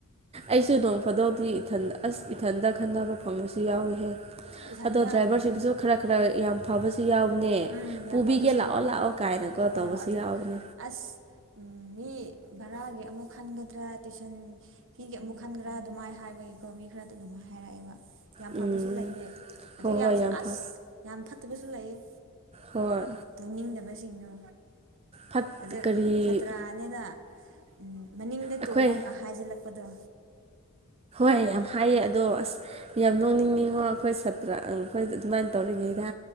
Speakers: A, on the right (about 25°); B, on the right (about 60°).
A: ꯑꯩꯁꯨ ꯅꯣꯡ ꯐꯣꯗꯣꯗꯤ ꯏꯊꯟꯗ ꯑꯁ ꯏꯊꯟꯗ ꯈꯟꯅꯕ ꯐꯪꯕꯁꯨ ꯌꯥꯎꯏꯤꯍꯦ
B: ꯏꯊꯟꯗ
A: ꯑꯗꯣ ꯗ꯭ꯔꯥꯏꯚꯔꯁꯤꯡꯗꯨꯁꯨ
B: ꯑꯗꯨꯝ ꯈꯠꯅꯩ
A: ꯈꯔ ꯈꯔ ꯌꯥꯝ ꯐꯕꯁꯨ ꯌꯥꯎꯕꯅꯦ
B: ꯎꯝ
A: ꯄꯨꯕꯤꯒꯦ
B: ꯌꯥꯝ ꯐꯕꯁꯨ
A: ꯂꯥꯛꯑꯣ
B: ꯌꯥꯎꯋꯦ
A: ꯂꯥꯛꯑꯣ ꯀꯥꯏꯅꯀꯣ ꯇꯧꯕꯁꯨ
B: ꯑꯣ ꯑꯗ
A: ꯌꯥꯎꯕꯅꯦ
B: ꯑꯁ ꯎꯝ ꯃꯤ ꯚꯔꯥꯒꯤ ꯑꯃꯨꯛ ꯈꯟꯒꯗ꯭ꯔꯥ ꯇꯨꯏꯁꯟ ꯐꯤꯒꯤ ꯑꯃꯨꯛ ꯈꯟꯒ꯭ꯔꯥ ꯑꯗꯨꯃꯥꯏꯅ ꯍꯥꯏꯕꯒꯤꯀꯣ ꯃꯤ ꯈꯔꯗ ꯑꯗꯨꯝ ꯍꯥꯏꯔꯛꯑꯦꯕ ꯌꯥꯝ
A: ꯎꯝ
B: ꯐꯕꯁꯨ ꯂꯩꯌꯦ ꯑꯗꯨꯩ
A: ꯍꯣꯏ ꯍꯣꯏ
B: ꯌꯥꯝ ꯑꯁ
A: ꯐ
B: ꯌꯥꯝ ꯑꯝ ꯐꯠꯇꯠꯕꯁꯨ ꯂ ꯂꯩꯌꯦ
A: ꯍꯣꯏ
B: ꯄꯨꯅꯤꯡꯗꯕꯁꯤꯡꯗꯣ
A: ꯐꯠ
B: ꯑ
A: ꯀꯔꯤ
B: ꯁꯥꯇ꯭ꯔꯥꯅꯤꯅ ꯎꯝ ꯃꯅꯤꯡꯗ
A: ꯑꯩꯈꯣꯏ
B: ꯇꯣꯡꯉꯣꯀ ꯍꯥꯏꯖꯤꯜꯂꯛꯄꯗꯣ
A: ꯑꯩ ꯌꯥꯝ ꯍꯥꯏꯌꯦ ꯑꯗꯣ ꯑꯁ ꯌꯥꯝ ꯅꯣꯡꯅꯤꯡꯉꯉꯣ ꯑꯩꯈꯣꯏ ꯁꯥꯇ꯭ꯔ ꯑꯩꯈꯣꯏ ꯑꯗꯨꯃꯥꯏꯅ ꯇꯧꯔꯤꯉꯩꯗ